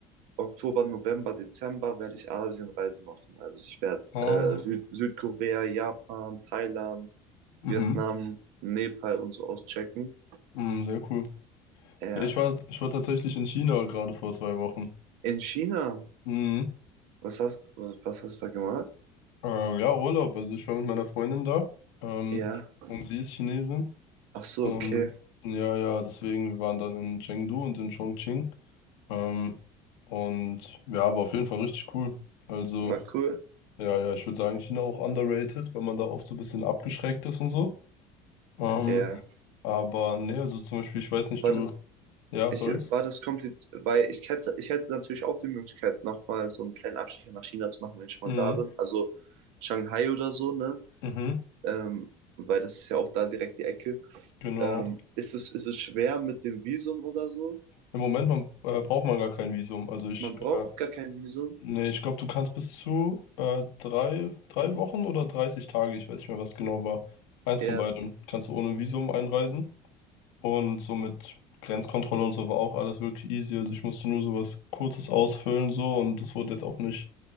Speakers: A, on the right; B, on the left.
A: Oktober, November, Dezember, werde ich Asienreise machen. Also ich werde
B: Ah,
A: äh, Süd Südkorea, Japan, Thailand,
B: Mhm.
A: Vietnam, Nepal und so auschecken.
B: Mhm, sehr cool.
A: Ja,
B: Ja, ich war, ich war tatsächlich in China gerade vor zwei Wochen.
A: in China.
B: Mhm.
A: Was hast, was hast du da gemacht?
B: Äh, ja, Urlaub. Also ich war mit meiner Freundin da. Ähm,
A: Ja.
B: und sie ist Chinesin.
A: Ach so,
B: Und
A: okay.
B: ja, ja, deswegen, wir waren dann in Chengdu und in Chongqing. Ähm, und ja, aber auf jeden Fall richtig cool. Also,
A: War cool.
B: ja, ja, ich würde sagen, China auch underrated, weil man da oft so ein bisschen abgeschreckt ist und so. Ähm,
A: Ja.
B: aber nee, also zum Beispiel, ich weiß nicht,
A: War
B: du.
A: das,
B: Ja,
A: Ich
B: sorry.
A: äh, war das kompliziert, weil ich hätte, ich hätte natürlich auch die Möglichkeit, nochmal so einen kleinen Abstecher nach China zu machen, wenn ich schon
B: Mhm.
A: mal da bin. Also Shanghai oder so, ne?
B: Mhm.
A: Ähm, weil das ist ja auch da direkt die Ecke.
B: Genau.
A: Ähm, ist es, ist es schwer mit dem Visum oder so?
B: Im Moment man, äh, braucht man gar kein Visum. Also ich,
A: Man braucht
B: äh,
A: gar kein Visum.
B: nee, ich glaube, du kannst bis zu äh, drei, drei Wochen oder 30 Tage, ich weiß nicht mehr, was genau war. Eins
A: Ja,
B: von beidem. Kannst du ohne Visum einreisen. Und so mit Grenzkontrolle und so war auch alles wirklich easy. Also ich musste nur so was Kurzes ausfüllen so und das wurde jetzt auch nicht